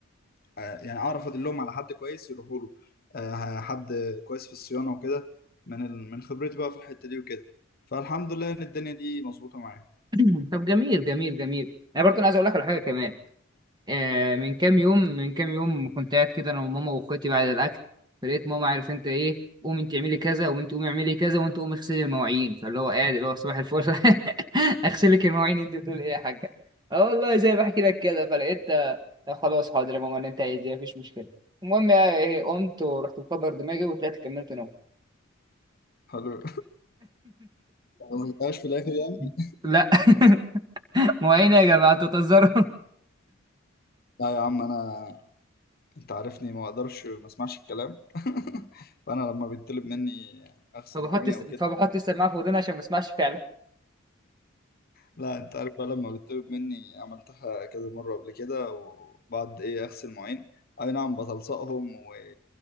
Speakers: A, on the left; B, on the right.
A: آه يعني اعرف ادلهم على حد كويس يروحوا له آه حد كويس في الصيانة وكده من ال... من خبرتي بقى في الحتة دي وكده فالحمد لله ان الدنيا دي مظبوطة معايا
B: <clears throat> طب جميل جميل جميل انا برضه أنا عايز اقول لك على حاجه كمان آه، من كام يوم من كام يوم كنت قاعد كده انا وماما واخواتي بعد الاكل فلقيت ماما عارف انت ايه قومي انت اعملي كذا وانت قومي اعملي كذا وانت قومي اغسلي المواعين فاللي هو قاعد اللي هو صباح الفل <laughs> اغسلك المواعين انت بتقول ايه يا حاجه اه والله زي ما بحكي لك كده فلقيت آه، خلاص حاضر يا ماما اللي انت عايزاه مفيش مشكله المهم يعني إيه، قمت ورحت مكبر دماغي وطلعت كملت نوم
A: حلو ما قلتهاش في الاخر
B: <laughs>
A: يعني
B: لا <laughs> مواعين يا جماعه انتوا بتهزروا
A: لا يا عم انا انت عارفني ما اقدرش ما اسمعش الكلام <laughs> فانا لما بيطلب مني اغسل
B: فبحط
A: مواعين
B: الس-
A: او
B: فبحط
A: كده
B: السماعه في ودني عشان ما اسمعش فعلا
A: لا انت عارف بقى لما بيطلب مني عملتها كذا مره قبل كده وبعد ايه اغسل مواعين اي نعم بتلصقهم و